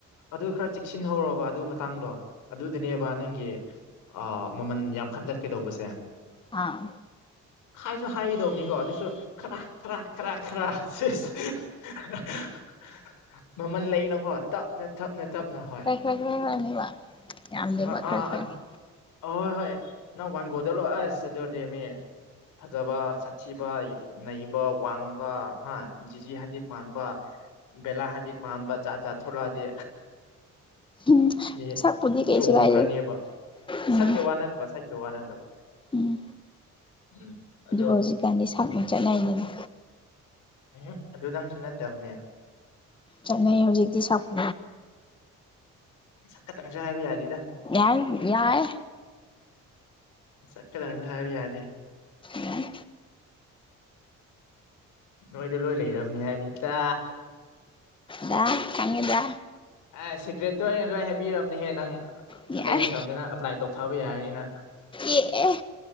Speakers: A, on the left; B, on the left.
A: ꯑꯗꯨ ꯈꯔ ꯆꯦꯛꯁꯤꯟꯍꯧꯔꯣꯕ ꯑꯗꯨ ꯃꯇꯥꯡꯗꯣ ꯑꯗꯨꯗꯅꯦꯕ ꯅꯪꯒꯤ ꯑꯥ ꯃꯃꯜ ꯌꯥꯝꯈꯠꯂꯛꯀꯗꯧꯕꯁꯦ
B: ꯑꯥ
A: ꯍꯥꯏꯁꯨ ꯍꯥꯏꯗꯧꯅꯤꯀꯣ ꯑꯗꯨꯁꯨ ꯈꯔ ꯈꯔ ꯈꯔ ꯈꯔ ꯁꯦꯁ <unintelligible> ꯃꯃꯜ ꯂꯩꯅꯀꯣ ꯇꯞꯅ ꯇꯞꯅ ꯇꯞꯅ ꯍꯣꯏ
B: ꯈꯔ ꯈꯔ ꯈꯔ ꯈꯔꯅꯦꯕ ꯌꯥꯝꯗꯦꯕ
A: ꯑꯥ
B: ꯈꯔ ꯈꯔ
A: ꯑꯍꯣꯏ ꯍꯣꯏ ꯅꯪ ꯋꯥꯡꯒꯣꯗ ꯂꯣꯏꯑꯁ ꯑꯗꯨꯗꯤ ꯃꯤ ꯐꯖꯕ ꯁꯥꯠꯊꯤꯕ ꯅꯩꯕ ꯋꯥꯡꯕ ꯍꯥ ꯖꯤꯖꯤ ꯍꯥꯗꯤꯠ ꯃꯥꯟꯕ ꯕꯦꯂꯥ ꯍꯥꯗꯤꯠ ꯃꯥꯟꯕ ꯖꯥꯠ ꯆꯥꯠ ꯊ ꯊꯣꯛꯂꯛꯑꯗꯤ
B: ꯎꯝ
A: ꯃꯤ
B: ꯁꯛꯄꯨꯗꯤ ꯀꯩꯁꯨ
A: ꯆꯣꯡꯈ꯭ꯔꯅꯦꯕ
B: ꯀꯥꯏꯗꯦ
A: ꯁꯛꯀꯦ
B: ꯎꯝ
A: ꯋꯥ ꯅꯠꯇꯕ ꯁꯛꯀꯦ ꯋꯥ ꯅꯠꯇꯕ
B: ꯎꯝ
A: ꯎꯝ ꯑꯗꯣ
B: ꯑꯗꯨꯕꯨ ꯍꯧꯖꯤꯛꯀꯥꯟꯗꯤ ꯁꯛꯅ ꯆꯠꯅꯩꯗꯅ
A: ꯎꯝ ꯑꯗꯨꯗꯪꯁꯨ ꯅꯠꯇꯦꯕꯅꯦ꯫
B: ꯆꯠꯅꯩ ꯍꯧꯖꯤꯛꯇꯤ ꯁꯥꯐ
A: ꯁꯈꯠꯪꯖꯍ ꯍꯥꯏꯕꯤ ꯌꯥꯗꯤ꯫
B: ꯌꯥꯏ ꯌꯥꯏ
A: ꯆꯠꯀꯗꯕꯅꯦ ꯍꯥꯏꯕꯤ ꯌꯥꯗꯦ꯫
B: ꯌꯥꯏ
A: ꯅꯣꯏꯗ ꯂꯣꯏ ꯂꯩꯔꯕꯅꯤ ꯍꯥꯏꯃꯤꯇꯥ
B: ꯗ ꯀꯟꯒꯦꯗꯥ
A: ꯑꯦ ꯁꯤꯀ꯭ꯔꯦꯠꯇꯣ ꯑꯩꯅ ꯂꯣꯏ ꯍꯥꯏꯕꯤꯔꯕꯅꯦꯍꯦ ꯅꯪ
B: ꯌꯥꯔꯦ
A: ꯑꯇꯩ ꯃꯇꯝꯗꯅ ꯄ꯭ꯂꯥꯏ ꯇꯧꯊꯕ ꯌꯥꯔꯤꯅꯤꯅ
B: ꯑꯦ ꯑꯦ